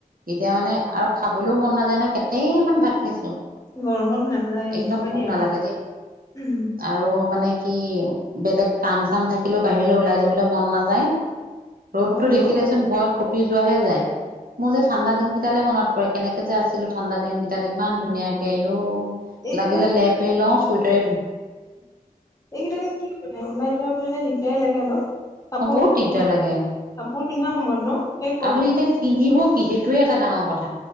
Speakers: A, on the right; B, on the left.
A: এতিয়া মানে আৰু খাবলৈও মন নাযায় ন। কেতে মান ভাত খাইছো।
B: গৰমত নাযায়
A: একদম
B: হয়
A: ভোক
B: দিয়া
A: নালাগে দেই
B: উম
A: আৰু মানে কি বেলেগ কাম-চাম থাকিলেও বাহিৰলৈ ওলাই যাবলৈ মন নাযায়। ৰ'দটো
B: হয়
A: দেখিলেচোন
B: অ
A: ভয়ত কঁপি যোৱাহে যায়। মোৰ যে ঠাণ্ডাদিন কেইটালে মনত পৰে। কেনেক যে আছিলো ঠাণ্ডা দিন কেইটাত। ইমান ধুনীয়াকে আই ও।
B: এইকেইটা
A: লাগিলে
B: দিন
A: লেপে লওঁ চুৱটাৰ
B: এইকেইটা দিন কি মানে ওলাই যোৱা বুলিলে দিগদাৰ লাগে অলপ। কাপোৰ
A: অ বহুত
B: পিন্ধা
A: দিগদাৰ
B: সময়ত
A: লাগে।
B: কাপোৰ পিন্ধা সময়ত ন সেই ক
A: আপুনি এতিয়া পিন্ধিব কি সেইটোৱে এটা ডাঙৰ কথা।